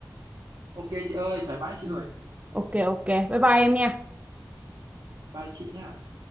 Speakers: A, on the right; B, on the right.
A: ok chị ơi thoải mái chị
B: Ừ.
A: ơi
B: Ok, ok, bye bye em nha.
A: Bye chị nhá.